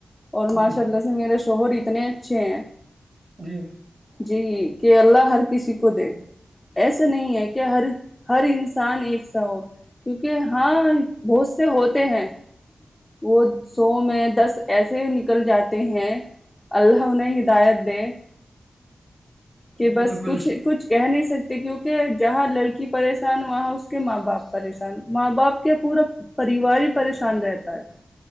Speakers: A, on the left (about 20°); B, on the right (about 35°).
A: اور ماشاء
B: جی
A: اللہ سے میرے شوہر اتنے اچھے ہیں
B: جی
A: جی کہ اللہ ہر کسی کو دے ایسا نہیں ہے کہ ہر ہر انسان ایک سا ہو کیونکہ ہاں بہت سے ہوتے ہیں وہ سو میں دس ایسے نکل جاتے ہیں اللہ انہیں ہدایت دے کہ بس
B: بالکل
A: کچھ کچھ کہہ نہیں سکتے کیونکہ جہاں لڑکی پریشان وہاں اس کے ماں باپ پریشان ماں باپ کے پورا پریوار ہی پریشان رہتا ہے